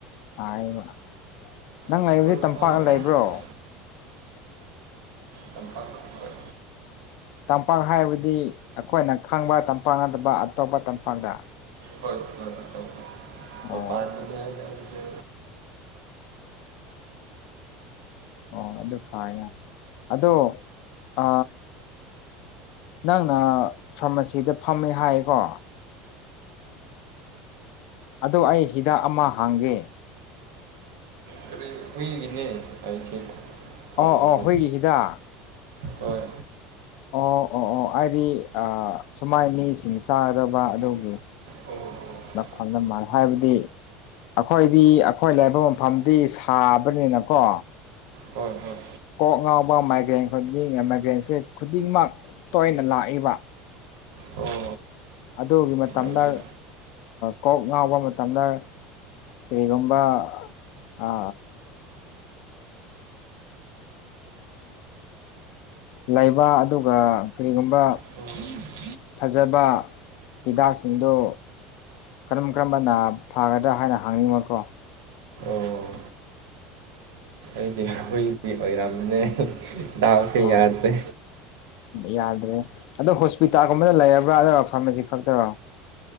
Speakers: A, on the left; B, on the right.
A: ꯁꯥꯏꯌꯦꯕ ꯅꯪ
B: ꯑꯩꯈꯣꯏ
A: ꯂꯩꯕꯁꯤ
B: ꯃꯐꯝꯁꯨ
A: ꯇꯝꯄꯥꯛ ꯂꯩꯕ꯭ꯔꯣ
B: ꯑꯁ ꯇꯝꯄꯥꯛ ꯍꯣꯏ
A: ꯇꯝꯄꯥꯛ ꯍꯥꯏꯕꯗꯤ ꯑꯩꯈꯣꯏꯅ ꯈꯪꯕ ꯇꯝꯄꯥꯛ ꯅꯠꯇꯕ ꯑꯇꯣꯞꯄ ꯇꯝꯄꯥꯛꯇ
B: ꯍꯣꯏ ꯍꯣꯏ ꯍꯣꯏ
A: ꯑꯣ
B: ꯄꯥꯗꯅ ꯍꯥꯏ ꯌꯥꯝꯃꯤꯖ
A: ꯑꯣ ꯑꯗꯨ ꯐꯔ ꯌꯥꯔ ꯑꯗꯣ ꯑ ꯅꯪꯅ ꯐꯥꯔꯃꯥꯁꯤꯗ ꯐꯝꯃꯦ ꯍꯥꯏꯌꯦꯀꯣ ꯑꯗꯣ ꯑꯩ ꯍꯤꯗꯥꯛ ꯑꯃ ꯍꯥꯡꯒꯦ
B: ꯀ ꯍꯨꯏꯒꯤꯅꯦ ꯑꯩꯁꯦ ꯊꯝꯕꯁꯦ
A: ꯑ ꯑꯣ ꯍꯨꯏꯒꯤ ꯍꯤꯗꯥꯛ
B: ꯍꯣꯏ
A: ꯑꯣ ꯑꯣ ꯑꯣ ꯑꯥꯏꯗꯤ ꯑ ꯁꯨꯃꯥꯏ ꯃꯤꯁꯤꯡ ꯆꯥꯒꯗꯕ ꯑꯗꯨꯒꯤ
B: ꯑꯣ ꯑꯣ
A: ꯃꯐꯝꯗ ꯃ ꯍꯥꯏꯕꯗꯤ ꯑꯩꯈꯣꯏꯗꯤ ꯑꯩꯈꯣꯏ ꯂꯩꯕ ꯃꯐꯝꯗꯤ ꯁꯥꯕꯅꯤꯅꯀꯣ
B: ꯍꯣꯏ ꯍꯣꯏ
A: ꯀꯣꯛ ꯉꯥꯎꯕ ꯃꯥꯏꯒ꯭ꯔꯦꯟ ꯈꯨꯗꯤꯡꯃꯥꯏꯒ꯭ꯔꯦꯟꯁꯦ ꯈꯨꯗꯤꯡꯃꯛ ꯇꯣꯏꯅ ꯂꯥꯛꯏꯕ
B: ꯑꯣ
A: ꯑꯗꯨꯒꯤ ꯃꯇꯝꯗ
B: ꯑꯗꯨꯒꯤ
A: ꯀꯣꯛ ꯉꯥꯎꯕ ꯃꯇꯝꯗ ꯀꯔꯤꯒꯨꯝꯕ ꯑ ꯂꯩꯕ ꯑꯗꯨꯒ ꯀꯔꯤꯒꯨꯝꯕ
B: ꯑꯣ
A: ꯐꯖꯕ ꯍꯤꯗꯥꯛꯁꯤꯡꯗꯨ ꯀꯔꯝ ꯀꯔꯝꯕ ꯅꯥ ꯐꯥꯒꯗ꯭ꯔꯥ ꯍꯥꯏꯅ ꯍꯪꯅꯤꯡꯕꯀꯣ
B: ꯑꯣ ꯑꯩꯗꯤ ꯍꯨꯏꯒꯤ ꯑꯣꯏꯔꯝꯅꯦ ꯗꯥꯎꯁꯦ
A: ꯑꯣ
B: ꯌꯥꯗ꯭ꯔꯦ
A: ꯌꯥꯗ꯭ꯔꯦ ꯑꯗꯣ ꯍꯣꯁꯄꯤꯇꯥꯜꯒꯨꯝꯕꯅ ꯂꯩꯔꯕ꯭ꯔꯥ ꯅꯗ꯭ꯔ ꯐꯥꯔꯃꯥꯁꯤ ꯈꯛꯇꯔꯣ